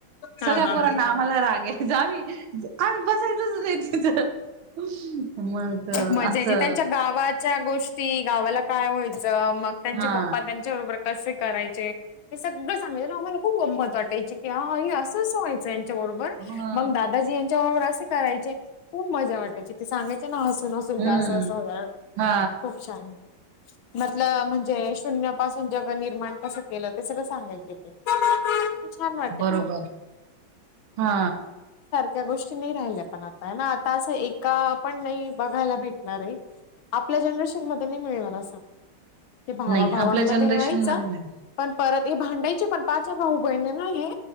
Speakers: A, on the right; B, on the left.
A: सगळ्या
B: हा हा
A: पोरांना
B: हा
A: आम्हाला राग यायंचा. आम्ही बसायचच नाही. तिथं मग असं
B: मझा यायची त्यांच्या गावात गोष्टी गावाला काय व्हायचं. मग त्यांचे
A: हा
B: पप्पा त्यांच्याबरोबर कसे करायचे हे सगळं सांगायचे ना! आम्हाला खूप गंमत वाटयची. या आई असं असं व्हायचं यांच्याबरोबर
A: हा
B: मग दादाजी यां तेव्हा असं करायची खूप मजा वाटायची ते सांगायचे. ना तूमच
A: हम्म
B: असं असं होणार
A: हा
B: खूप छान म्हटलं म्हणजे शून्या पासून जग निर्माण कसं केलं. ते सगळ सांगायचे. ते छान वाटायचं
A: बरोबर हा
B: त्या गोष्टी नाही राहिल्या. पण आता ना आता अस एका पण नाही. बघायला भेटणार आहे. आपल्या जनरेशन मध्ये नाही मिळणार असा ते भावाभावांमध्ये
A: नाही आपल्या जनरेशन
B: व्हायचं!
A: मध्ये नाही
B: पण परत हे भांडायचे पण पाच भाऊ बहिणी ना हे